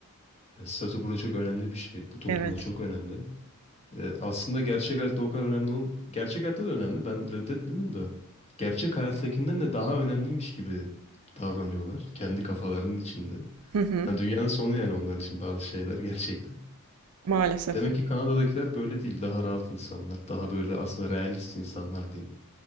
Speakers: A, on the left (about 30°); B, on the right (about 85°).
A: E, Statü burada çok önemli bir şey. Bu toplumda
B: Evet.
A: çok önemli. E, aslında gerçek hayatta o kadar önemli olm Gerçek hayatta da önemli. Ben reddetmiyorum da. Gerçek hayattakinden de daha önemliymiş gibi davranıyorlar. Kendi kafalarının içinde.
B: Hı hı.
A: Yani dünyanın sonu yani onlar için bazı şeyler gerçekten.
B: Maalesef.
A: Demek ki Kanada'dakiler böyle değil. Daha rahat insanlar. Daha böyle aslında realist insanlar diyeyim.